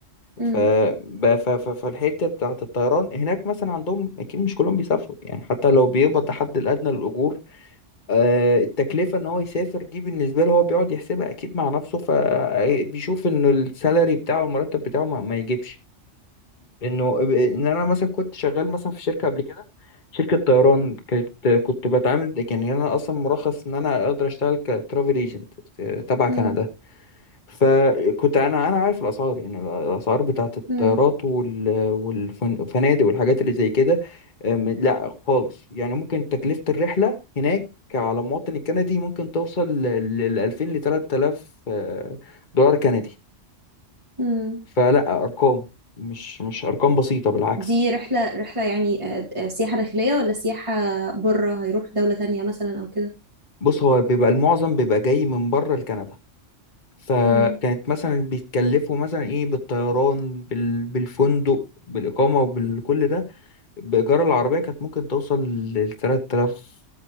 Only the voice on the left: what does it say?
ف... ب- ف... ف... فالحتة بتاعة الطيران هناك مثلا عندهم اكيد مش كلهم بيسافروا يعني حتى لو بيقبض الحد الادنى للاجور آه، التكلفة ان هو يسافر دي بالنسبة له هو بيقعد يحسبها اكيد مع نفسه فبيشوف ان السالري بتاعه المرتب بتاعه ما, ما يجيبش انه اب- ان انا مثلا كنت شغال مثلا في شركه قبل كده شركه طيران كانت كنت بتعامل يعني انا اصلا مرخص ان انا اقدر اشتغل كترافل ايجنت تبع
كندا فكنت انا انا عارف الاسعار يعني الاسعار بتاعت الطيارات
وال- والفنادق والحاجات اللي زي كده أم، لا خالص يعني ممكن تكلفه الرحله هناك على المواطن الكندي ممكن توصل ل 2000 ل 3000 دولار كندي
فلا ارقام مش مش ارقام بسيطه بالعكس
بص هو بيبقى المعظم بيبقى جاي من بره لكندا فكانت
مثلا بيتكلفوا مثلا ايه بالطيران بال... بالفندق بالإقامة وبالكل ده بإيجار العربية كانت ممكن توصل لتلات آلاف